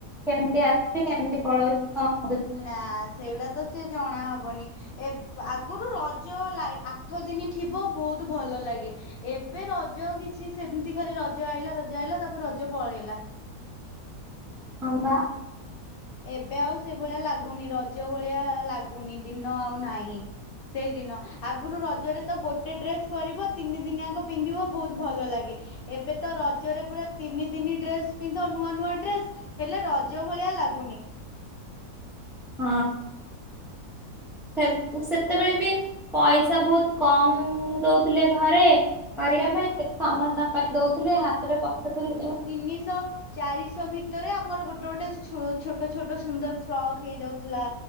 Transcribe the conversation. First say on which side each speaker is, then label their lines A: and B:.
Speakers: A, in the centre; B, on the left (about 85°).
A: କେମତି ଆସୁଛି କେମିତି ପଳଉଛି? କଣ ହଉଛି
B: ନା ସେଇଗୁଡା ତ ସେ ଜଣାହବନି। ଏ ଆଗରୁ ରଜ ଆଠ ଦିନ ଥିବ ବହୁତ ଭଲ ଲାଗେ। ଏବେ ରଜ କିଛି ସେମିତି ଖାଲି ରଜ ଆଇଲା ରଜ ଆଇଲା ତାପରେ ରଜ ପଳେଇଲା।
A: ହଁ ପା
B: ଏବେ ଆଉ ସେଇଭଳିଆ ଲାଗୁନି ରଜ ଭଳିଆ ଲାଗୁନି ଦିନ ଆଉ ନାହିଁ। ସେଇଦିନ ଆଗରୁ ରଜରେ ତ ଗୋଟେ ଡ୍ରେସ କରିବ ତିନି ଦିନିଆଙ୍କ ପିନ୍ଧିବ ବହୁତ ଭଲ ଲାଗେ। ଏବେ ତ ରଜରେ ପୁରା ତିନି ଦିନି ଡ୍ରେସ ପିନ୍ଧ ନୂଆ ନୂଆ ଡ୍ରେସ। ହେଲେ ରଜ ଭଳିଆ ଲାଗୁନି।
A: ହଁ ସେମେ ସେତେବେଳେ ବି ପଇସା ବହୁତ କମ ଦଉଥିଲେ ଘରେ। କରିବା ପାଇଁ ସମସ୍ତଙ୍କ ପାଇଁ ଦଉଥିଲେ ହାତରେ ପଥିଲେ।
B: ତିନିଶହ ଚାରିଶହ ଭିତରେ ଆମର ଗୋଟେ ଗୋଟେ ଛୋଟ ଛୋଟ ସୁନ୍ଦର ଫ୍ରକ୍ ହେଇଯାଉଥିଲା।